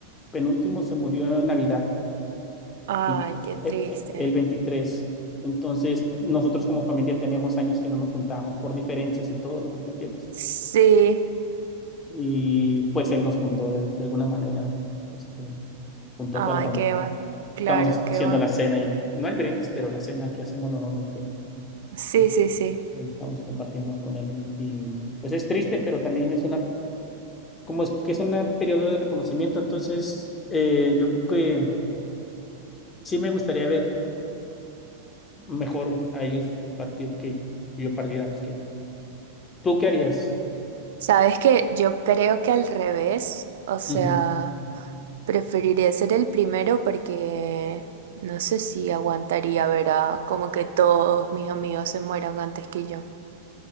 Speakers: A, on the left; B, on the right.
A: penúltimo se murió en Navidad,
B: Ay,
A: el,
B: qué triste.
A: eh, eh, el veintitrés Entonces, nosotros como familia teníamos años que no nos juntábamos por diferencias y todo lo que tú quieras.
B: Sí.
A: Y pues él nos juntó de, de alguna manera, este, juntó
B: Ay,
A: a toda la familia.
B: qué va. Claro,
A: Estamos haciendo
B: qué va.
A: la cena y no el brindis, pero la cena que hacemos normalmente
B: Sí,
A: este,
B: sí, sí.
A: Ahí estamos compartiendo con él y, y, pues es triste, pero también es una, como es que es un periodo de reconocimiento, entonces eh, yo creo que sí me gustaría ver mejor a ellos partir que que yo partiera antes que ellos. ¿Tú qué harías?
B: Sabes que yo creo que al revés, o sea,
A: Ujú.
B: preferiría ser el primero porque no sé si aguantaría ver a como que todos mis amigos se mueran antes que yo.